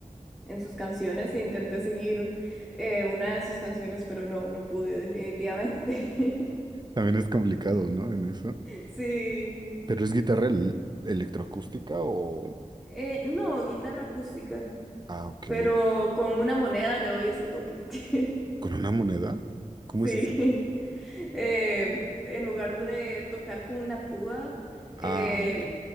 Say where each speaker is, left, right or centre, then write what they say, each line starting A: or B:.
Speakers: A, in the centre; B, on the right (about 30°).
A: en sus canciones e intenté seguir eh, una de sus canciones, pero no, no pude definitivamente. <laughs>
B: También es complicado, ¿no? En eso.
A: Sí,
B: ¿Pero es guitarra el- electroacústica o...?
A: Eh, no, guitarra acústica,
B: Ah, ok.
A: pero con una moneda le doy ese toque. <laughs>
B: ¿Con una moneda? ¿Cómo
A: Sí.
B: es eso?
A: eh, en lugar de tocar con una púa, eh,
B: Ah, ok.